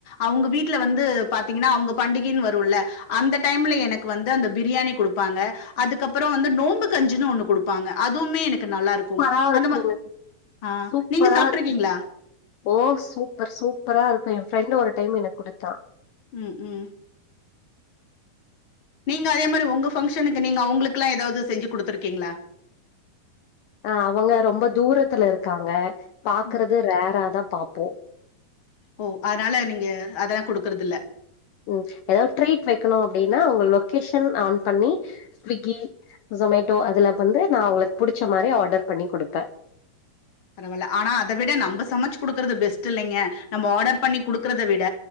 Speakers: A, on the left; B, on the left.
A: அவங்க வீட்டுல வந்து பாத்தீங்ன்னா அவங்க பண்டிகைன்னு வரும்ல அந்த டைம்ல எனக்கு வந்து அந்த பிரியாணி குடுப்பாங்க அதுக்கப்பறோம் வந்து நோம்பு கஞ்சுன்னு ஒண்ணு குடுப்பாங்க அதுவுமே எனக்கு நல்லா இருக்கும்
B: சூப்பரா இருக்குங்க
A: அந்த மாதிரி ஆஹ்
B: சூப்பரா
A: நீங்க சாப்ட்ருக்கீங்களா
B: இருக்கு ஓ சூப்பர் சூப்பரா இருக்கும் என் ஃப்ரெண்டு ஒரு டைம் எனக்கு குடுத்தான்
A: ம் ம் நீங்க அதே மாரி உங்க பங்ஷனுக்கு நீங்க அவுங்ளுக்குல்லா எதாவது செஞ்சி குடுத்துருக்கீங்களா
B: அ அவுங்க ரொம்ப தூரத்துல இருக்காங்க பாக்குறது
A: ம்
B: ரேர் ஆ தா பாப்போ
A: ஓ அனால நீங்க அதெல்லா குடுக்கறது இல்ல
B: ம் ஏதாது ட்ரீட் வைக்கணு அப்பிடின்னா உங்க லொகேஷன் ஆன் பண்ணி ஸ்விக்கி ஷோமேட்டோ அதுல வந்து நா உங்களுக்கு புடிச்ச மாரி ஆடர் பண்ணி குடுப்பே
A: பரவால ஆனா அத விட நம்ம சமைச்சி குடுக்கறது பெஸ்ட் இல்லிங்க நம்ம ஆர்டர் பண்ணி குடுக்குறத விட